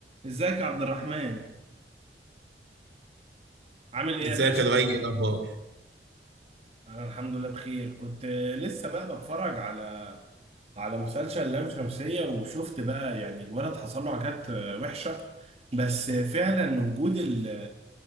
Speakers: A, on the right (about 35°); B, on the right (about 80°).
A: ازيك يا عبد الرحمن عامل ايه
B: ازيك
A: يا باشا
B: يا لؤي ايه الاخبار
A: انا الحمد لله بخير كنت لسه بقى بتفرج على على مسلسل لام شمسية وشفت بقى يعني الولد حصل له عكات وحشة بس فعلا وجود ال...